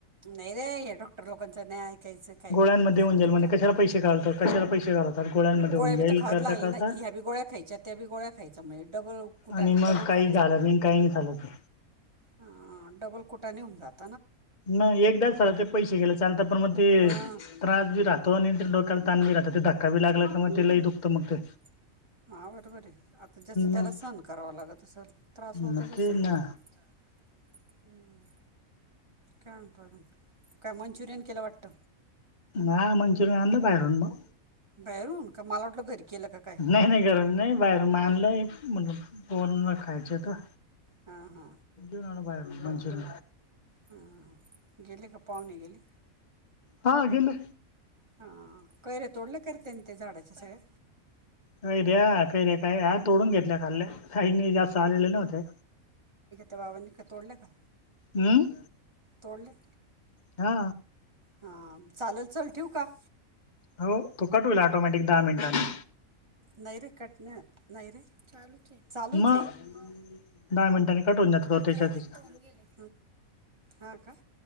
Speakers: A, on the right; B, on the left.
A: नाही रे हे डॉक्टर लोकांचं नाही ऐकायचा. काही
B: गोळ्यांमध्ये
A: बी ब भरून
B: होऊन जाईल
A: द
B: म्हणजे कशाला पैसे घालतो कशाला पैसे घालवतात गोळ्यांमध्ये
A: गोळ्या
B: होऊन
A: बी
B: जाईल
A: तर खाऊच
B: करता
A: लागल्या
B: करता
A: ना ह्या बी गोळ्या खायच्यात. त्या बी गोळा्या खायचा म्हणजे डबल त्याने
B: आणि मग
A: डबल
B: काही
A: खर्च
B: झालं
A: होतोय.
B: नाही काही झालं ते
A: अ डबल कुटाने होऊन जात.
B: नाही एकदा झाला ते पैसे गेले चालता पण मग ते
A: मग
B: त्रास बी राहतो आणि डोक्या त राहता ते धक्का ब लागला का मग ते लई दुखतं मग ते.
A: <inaudible> हा बरोबर आहे, आता जसं त्याला
B: मग
A: सण करावा लागत असस त्रास होतच
B: मग ते
A: असेल
B: ना
A: तिला <inaudible> <inaudible> हम् काय म्हतो काय मंचुरियन केलं वाटत.
B: ना मचुरीन आणता बाहेरून मग.
A: बाहेरून का मला वाटलं घरी केलं का काय?
B: नाही नाही गरज नाही बाहेरन आनलयन पोराला खायच त
A: हा हा.
B: एन बाहेर मनुष
A: हा गेले का पाहुणे गेले?
B: हा गेले
A: हा कैर्या तोडलं करते ना त्या झाडाच्या सगळ्या
B: काय रे काही रे काय ह तोडून घेतल्या खाल्ल्या काही जास्त आलेले नव्हते.
A: दवानी का तोडलं का?
B: हम
A: तोडल्या?
B: हा
A: हा चालेल चल ठेवू का?
B: हो तो कट होईल ऑटोमॅटिक दहा मिनिटांनी.
A: नाहीरे कट नाहीरे चालू. चालूच
B: मग
A: आहे,
B: दहा मिनिटांनी कट होऊन जातो तो
A: अकरा
B: त्याच्या त्याच्या
A: मिनिट होऊन गेली. हा का?